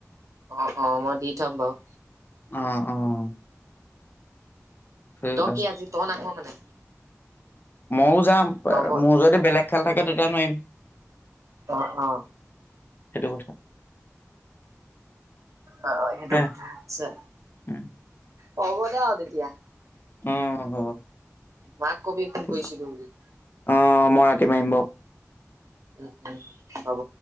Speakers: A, on the right (about 75°); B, on the left (about 40°).
A: অ অ মই দি থাম বাৱ
B: অ <inaudible> ঠিক
A: তই কি আজি তই নাহ মানে
B: মও যাম
A: হ'ব
B: মোৰ
A: দে
B: যদি বেলেগ খেল থাকে তে তিয়া নোৱাৰিম
A: অ অ
B: সেইটো কথা
A: অ অ সেইতো
B: সেয়া
A: কথা হৈছে
B: উম।
A: হ'ব দে আৱ তেতিয়া
B: উম হ'ব
A: মাক কবি ফোন
B: ঠিক
A: কৰিছিলো
B: আছে।
A: বুলি
B: অ', মই ৰাতি মাৰিম বাৱ
A: উম উম হ'ব